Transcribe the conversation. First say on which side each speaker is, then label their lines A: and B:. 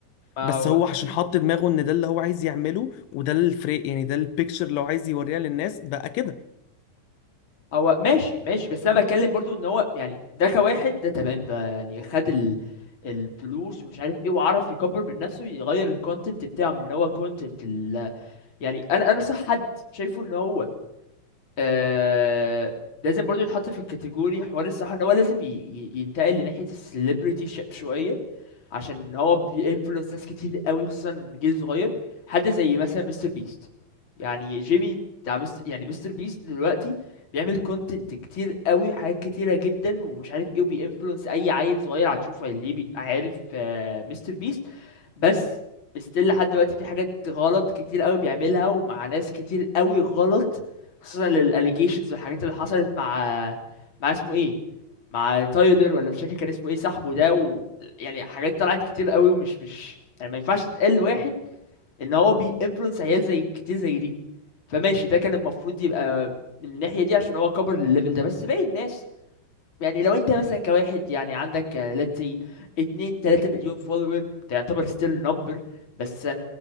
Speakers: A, on the left; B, on the left.
A: ما
B: بس
A: هو
B: هو عشان
A: مم.
B: حط دماغه ان ده اللي هو عايز يعمله وده الفريق يعني ده البيكتشر اللي هو عايز يوريها للناس بقى كده
A: هو ماشي ماشي بس انا بتكلم برضو ان هو يعني ده كواحد ده تمام ده يعني خد ال... الفلوس ومش عارف ايه وعرف يكبر من نفسه يغير الكونتنت بتاعه من ان هو كونتنت ال... يعني انا انا صح حد شايفه ان هو آه... لازم برضو يتحط في الكاتيجوري حوار الصح ان هو لازم ي... ي- ينتقل لناحية السليبرتي شيب شوية عشان هو بينفلونس ناس كتير قوي خصوصا جيل صغير حد زي مثلا مستر بيست يعني جيمي بتاع مستر يعني مستر بيست دلوقتي بيعمل كونتنت كتير قوي حاجات كتيرة جدا ومش عارف ايه وبينفلونس اي عيل صغير هتشوفه اللي بي... عارف آه، مستر بيست بس ستيل لحد دلوقتي في حاجات غلط كتير قوي بيعملها ومع ناس كتير قوي غلط خصوصا للاليجيشنز والحاجات اللي حصلت مع مع اسمه ايه مع تايلر ولا مش فاكر كان اسمه ايه صاحبه ده و... يعني حاجات طلعت كتير قوي ومش مش يعني ما ينفعش تتقال لواحد ان هو بي influence عيال زي كتير زي دي فماشي ده كان المفروض يبقى من الناحية دي عشان هو كبر للليفل ده بس باقي الناس يعني لو انت مثلا كواحد يعني عندك آه، let's say 2 3 مليون follower ده يعتبر still number بس